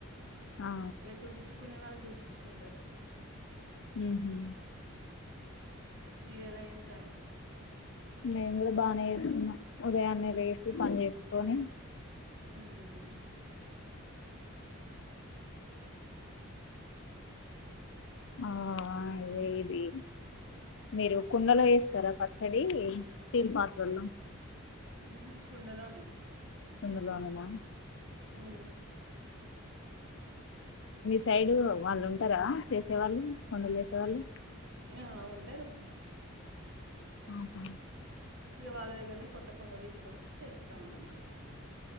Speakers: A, on the left (about 60°); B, on the right (about 60°).
A: ఆ
B: ఇగ చూపించుకునే వాళ్ళు చూపించుకుంటారు
A: ఉం హు
B: మీరు ఎలా చేసారు
A: నే కూడా బానే చేస్కున్న ఉదయాన్నే లెసి పని చేస్కొని
B: ఉమ్
A: ఆ అదే ఇది మీరు కుండలో ఎస్తారా పచ్చడి స్టీల్ పాత్రల్లో
B: హు హ్మ్ కుండలోనే
A: కుండలోనేనా
B: ఉమ్
A: మీ సైడు వాళ్ళు ఉంటారా చేసే వాళ్ళు కుండలు చేసే వాళ్ళు
B: ఆ ఉంటారు
A: ఆహా
B: ఇగ వాళ్ళ దగ్గరనే కొత్త కుండ తీసుకొచ్చి చేస్తాం అనమాట